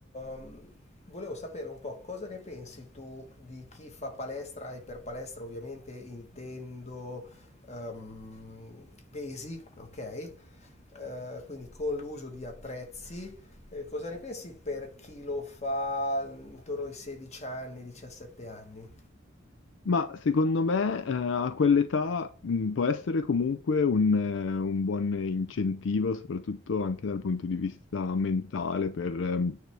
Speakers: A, on the left (about 35°); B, on the left (about 70°).
A: ehm, volevo sapere un po' cosa ne pensi tu di chi fa palestra e per palestra ovviamente intendo ehm, pesi, ok? eh, quindi con l'uso di attrezzi. Eh, cosa ne pensi per chi lo fa intorno ai 16 anni, 17 anni?
B: Ma secondo me eh, a quell'età mh, può essere comunque un, eh, un buon incentivo, soprattutto anche dal punto di vista mentale, per ehm,